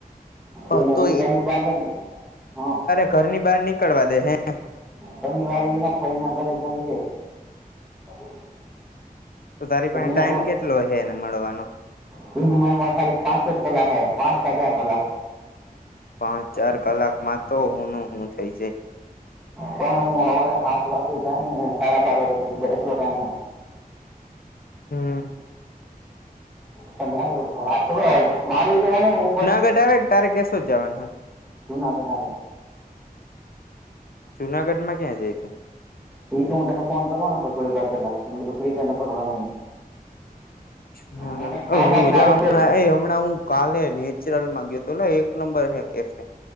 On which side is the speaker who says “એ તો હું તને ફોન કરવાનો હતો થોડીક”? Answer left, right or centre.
Centre